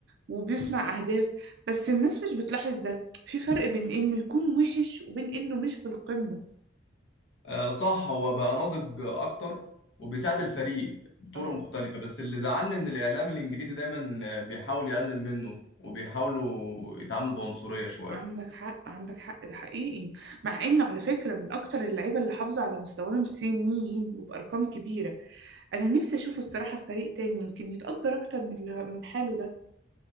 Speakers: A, on the right; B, on the left.
A: وبيصنع اهداف بس الناس مش بتلاحظ ده في فرق بين انه يكون وحش وبين انه مش في القمه
B: آه، صح هو بقى ناضج اكتر وبيساعد الفريق بطرق
A: اه
B: مختلفه بس اللي زعلني ان الاعلام الانجليزي دايما آه، بيحاول يقلل منه وبيحاولوا يتعاملوا بعنصريه شويه
A: عندك حق عندك حق ده حقيقي مع انه على فكره من اكتر اللعيبه اللي حافظوا على مستواهم سنين وبارقام كبيره انا نفسي اشوفه الصراحه في فريق تاني يمكن يتقدر اكتر من اللي- من حاله ده